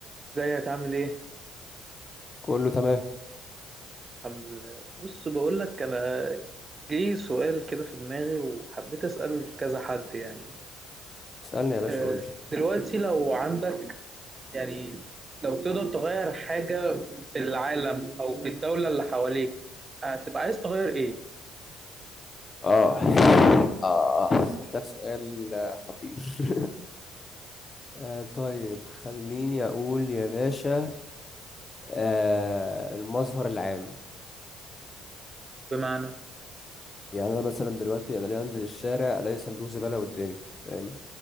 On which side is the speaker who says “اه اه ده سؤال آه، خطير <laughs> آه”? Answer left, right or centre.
Left